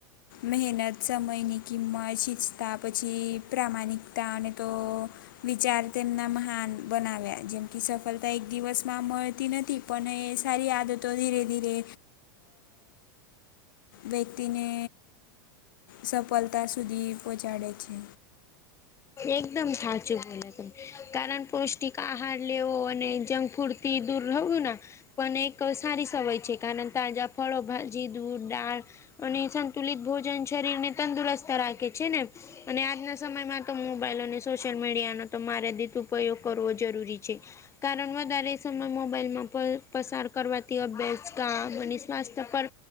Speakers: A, on the left; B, on the left.
A: મહેનત સમયની કિંમત શિસ્તા પછી પ્રામાણિકતા અને તો વિચાર તેમના મહાન બનાવ્યા જેમ કે સફળતા એક દિવસમાં મળતી નથી પણ સારી આદતો ધીરે-ધીરે
B: <inaudible>
A: વ્યક્તિને સફળતા સુધી પહોંચાડે છે.
B: એકદમ સાચું તમે કારણ પૌષ્ટિક આહાર લેવો અને જંક ફૂડ તી દૂર રહું ના પણ એક સારી સવાય છે, કારણ તાજા ફળો, ભાજી, દૂધ, ડાળ અને સંતુલિત ભોજન શરીરને તંદુરસ્ત રાખે છે, ને અને આજના સમયમાં તો મોબાઈલ અને સોશિયલ મીડિયાનો તો માર્યાદિત ઉપયોગ કરવો જરૂરી છે. કારણ વધારે સમય મોબાઈલમાં પસાર કરવાથી અભ્યાસ કામ બની સ્વાસ્થ્ય પર